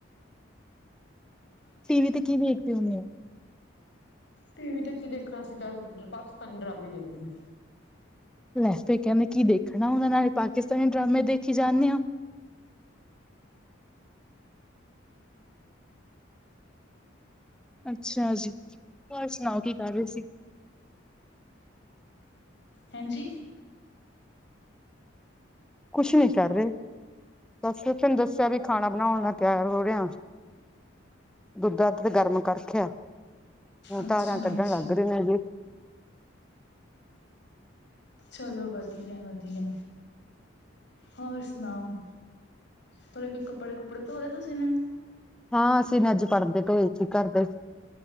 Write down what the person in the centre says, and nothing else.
ਟੀ ਵੀ ਤੇ ਕੀ ਵੇਖਦੇ ਹੁਣੇ ਓ?
ਲੈ ਕਹਿੰਦੇ ਕੀ ਦੇਖਣਾ, ਉਹਨਾਂ ਨਾਲੇ ਪਾਕਿਸਤਾਨੀ ਡਰਾਮੇ ਦੇਖੀ ਜਾਣੇ ਹੋ। ਅੱਛਾ ਜੀ, ਹੋਰ ਸੁਣਾਓ ਕੀ ਕਰ ਰਹੇ ਸੀ?
ਕੁਛ ਨੀ ਕਰ ਰਹੇ। ਬਸ ਫਿਰ ਤੈਨੂੰ ਦੱਸਿਆ ਵੀ ਖਾਣਾ ਬਣਾਉਣ ਨਾਲ ਤਿਆਰ ਹੋ ਰਹੇ ਆ। ਦੁੱਧਾ ਤੇ ਗਰਮ ਕਰ ਰੱਖਿਆ, ਹੁਣ
ਧਾਰਾਂ ਕੱਢਣ ਲੱਗ ਰਹੇ ਆ ਜੀ।
ਹਾਂ, ਅਸੀ ਨੇ ਅੱਜ ਪਰਦੇ ਪੇਜ ਸੀ ਘਰਦੇ।